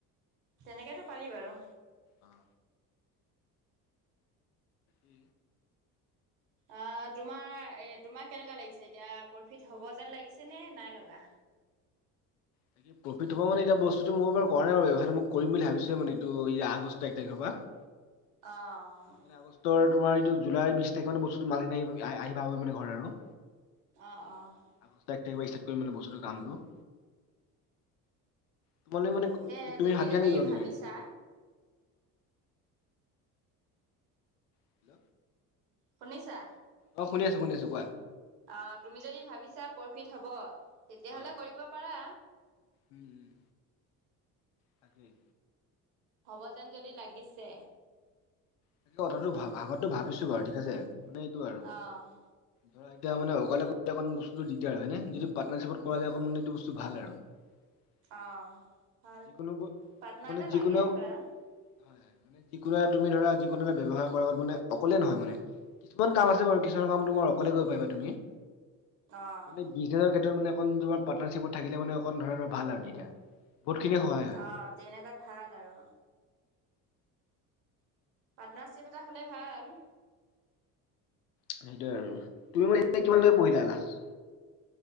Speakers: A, on the right; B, on the left.
A: তেনেকেতো পাৰি বাৰু।
B: অহ। উম।
A: আহ, তোমাৰ এ তোমাক কেনেকুৱা লাগিছে, এতিয়া প্ৰফিট হ'ব যেন লাগিছেনে নাই লগা?
B: তাকে প্ৰফিট হ'ব মানে এতিয়া বস্তুটো মই বাৰু কৰা নাই বাৰু ব্যৱসায়টো, কৰিম বুলি ভাবিছোঁ মানে এইটো এই আগষ্ট এক তাৰিখৰ পৰা। <unintelligible>
A: অহ', অ'।
B: মানে আগষ্টৰ তোমাৰ এইটো জুলাই বিশ তাৰিখ মান বস্তুতো মালখিনি আহি-আহ-আহি পাব মানে ঘৰত আৰু।
A: অহ', অহ'।
B: আগষ্টৰ এক তাৰিখৰ পৰা ষ্টাৰ্ট কৰিম মানে বস্তুটো কামটো। তোমালোক মানে,
A: তাকে
B: তুমি ভাবিছানে
A: যদি
B: কিবা-কিবি।
A: ভাবিছা
B: হেল্ল'।
A: শুনিছা?
B: অহ, শুনি আছোঁ, শুনি আছোঁ। কোৱা?
A: অহ, তুমি যদি ভাবিছা প্ৰফিট হ'ব, তেতিয়াহ'লে
B: উম
A: কৰিব পাৰা।
B: উম, তাকেই।
A: হ'ব যেন যদি লাগিছে।
B: তাকে কথাটো ভা-ভাবাতো ভাবিছো বাৰু ঠিক আছে, মানে এইটো আৰু।
A: অ'।
B: ধৰা এতিয়া মানে অকলে অকণ বস্তুটো দিগদাৰ আৰু হয়েনে? যদি পাৰ্নাৰশ্বিপত কৰা যায় অকনমান ইটো বস্তুটো ভাল আৰু। <unintelligible>
A: অহ, ভাল।
B: যিকোনো ব
A: পাৰ্টনাৰ
B: মানে
A: এটা
B: যিকোনো
A: লাগে ধৰা।
B: হয়, হয়। মানে যিকোনো এটা তুমি ধৰা যিকোনো এটা ব্যয়ৱসাৰ কৰা আগত মানে অকলে নহয় মানে। কিছুমান কাম আছে বাৰু, কিছুমান কাম তোমাৰ অকলে কৰিব পাৰিবা তুমি।
A: অ'।
B: মানে বিজনেছৰ ক্ষেত্ৰত মানে অকণ তোমাৰ পাৰ্টনাৰশ্বিপত থাকিলে মানে অকণ ধৰা ধৰা ভাল আৰু তেতিয়া। বহুতখিনি সহায় হয়।
A: অ', তেনেকুৱাত ভাল আৰু। পাৰ্টনাৰশ্বিপ এটা হ'লে ভাল।
B: সেইটোয়ে আৰু। তুমি এতিয়া কিমান লৈ পঢ়িলা লাষ্ট?